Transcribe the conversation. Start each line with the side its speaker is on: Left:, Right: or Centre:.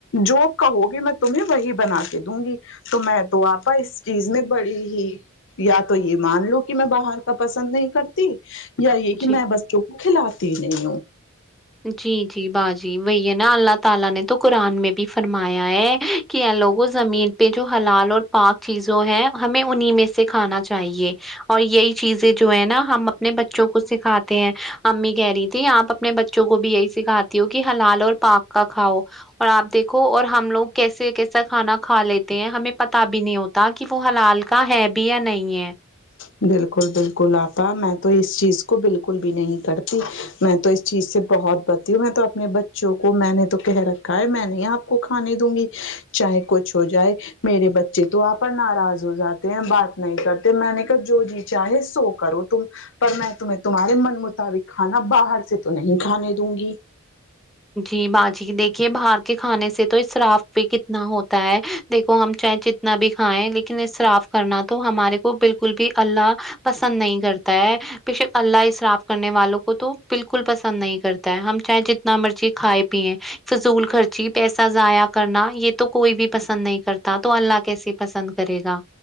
Left: جو کہو گی میں تمہیں وہی بنا کے دوں گی تو میں تو آپا اس چیز میں بڑی ہی یا تو یہ مان لوں کہ میں باہر کا پسند نہیں کرتی یا یہ کہ
Centre: جی
Left: میں بچوں کو کھلاتی ہی نہیں ہوں
Centre: جی جی باجی وہی ہے نا اللہ تعالی نے تو قرآن میں بھی فرمایا ہے کیا لوگوں زمین پہ جو حلال اور پاک چیزوں ہے ہمیں انہیں میں سے کھانا چاہیے اور یہی چیزیں جو ہے نا ہم اپنے بچوں کو سکھاتے ہیں امی کہہ رہی تھی آپ اپنے بچ بچوں کو بھی یہی سکھاتی ہو کہ ہلال اور پاک کا کھاؤ اور آپ دیکھو اور ہم لوگ کیسے کیسا کھانا کھا لیتے ہیں ہمیں پتا بھی نہیں ہوتا ت کہ وہ حلال کا ہے بھی یا نہیں ہے
Left: بالکل بالکل آپا میں تو اس چیز کو بالکل بھی نہیں کرتی میں تو اس چیز سے بہت بتی ہوں میں تو اپنے بچوں کو میں نے تو کہہ رکھا ہے میں نے یہاں کو کھانے دوں گی چاہے کچھ ہو جائے میرے بچے تو آپ پر ناراض ہو جاتے ہیں بات نہیں کرتے میں نے جو جی چاہے سو کرو تم پر میں تمھے تمھارے من مطابق کھانا بہار سے تو نہیں کھانے دونگی
Centre: جی باجی دیکھیے باہر کے کھانے سے تو شراف بھی کتنا ہوتا ہے دیکھو ہم چائےے جتنا بھی کھائیں لیکن اس صراف کرنا تو ہمارے کو بالکل بھی اللہ پسند نہیں کرتا ہے بیشک اللہ اسے صراف کرنے والوں کو تو بالکل پسند نہیں کرتا ہے ہم چاہے جتنا مرضی کھائے پییں فضول خرچی پیسہ ضائع کرنا یہ تو کوئی بھی پسند نہیں کرتا تو اللہ کیسے پسند کرےگا